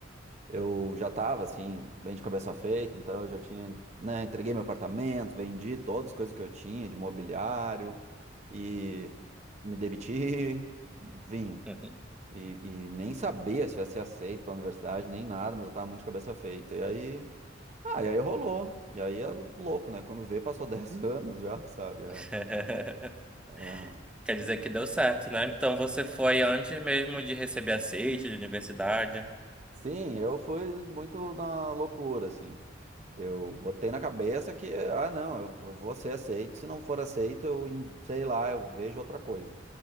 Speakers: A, on the right; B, in the centre.
A: eu já tava, assim, bem de cabeça feita, então eu já tinha, né, entreguei meu apartamento, vendi todas as coisas que eu tinha de mobiliário e me demiti, vim.
B: uhum.
A: E, e nem sabia se ia ser aceito pela universidade, nem nada, mas eu tava muito de cabeça feita. E aí, ah, e aí rolou. E aí é louco, né? Quando vê, passou 10 <laughs> anos já, sabe? É.
B: <laughs>
A: É.
B: Quer dizer que deu certo, né? Então você foi antes mesmo de receber aceite de universidade.
A: Sim, eu fui muito na loucura, assim. Eu botei na cabeça que, ah, não, eu eu vou ser aceito. Se não for aceito, eu, em- sei lá, eu vejo outra coisa.